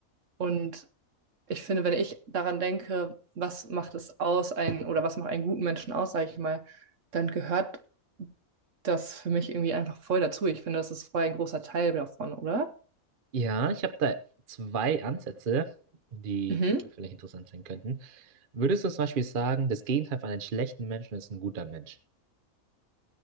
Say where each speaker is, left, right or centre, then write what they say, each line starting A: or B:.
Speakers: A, on the right; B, on the right.
A: Und ich finde, wenn ich daran denke, was macht es aus, einen, oder was macht einen guten Menschen aus, sage ich mal, dann gehört das für mich irgendwie einfach voll dazu. Ich finde, das ist voll ein großer Teil davon, oder?
B: Ja, ich habe da zwei Ansätze, die
A: Mhm.
B: vielleicht interessant sein könnten. Würdest du zum Beispiel sagen, das Gegenteil von einem schlechten Menschen ist ein guter Mensch?